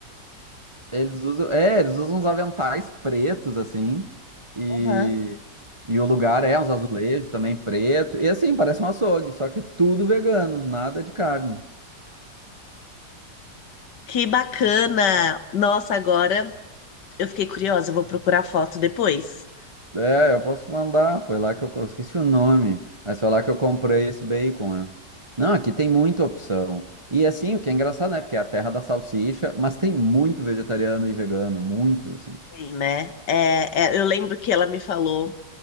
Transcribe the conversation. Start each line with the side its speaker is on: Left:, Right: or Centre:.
Right: Eles usam, é, eles usam uns aventais pretos, assim. E,
Left: Aham.
Right: e o lugar é uns azulejos também preto. E assim, parece um açougue, só que é tudo vegano, nada de carne.
Left: Que bacana! Nossa, agora eu fiquei curiosa, eu vou procurar foto depois.
Right: É, eu posso te mandar. Foi lá que eu, co- esqueci o nome, mas foi lá que eu comprei esse bacon, é. Não, aqui tem muita opção. E assim, o que é engraçado, né? Porque é a terra da salsicha, mas tem muito vegetariano e vegano, muitos assim.
Left: Tem, né? É, é, eu lembro que ela me falou,